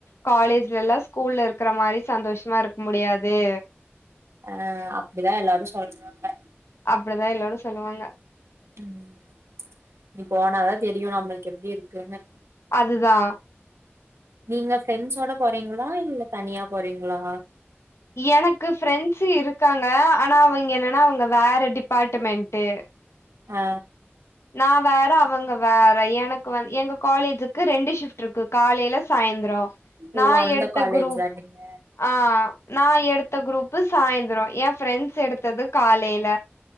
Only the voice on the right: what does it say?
அ அப்டிதா எல்லாரு சொல்றாங்க
ம் இது போனாதா தெரியு நம்மள்க்கு எப்டி இருக்குன்னு
நீங்க ஃப்ரெண்ஸோட போறீங்ளா இல்ல தனியா போறீங்ளா
ஆ
ஓ அந்த
காலேஜா
நீங்க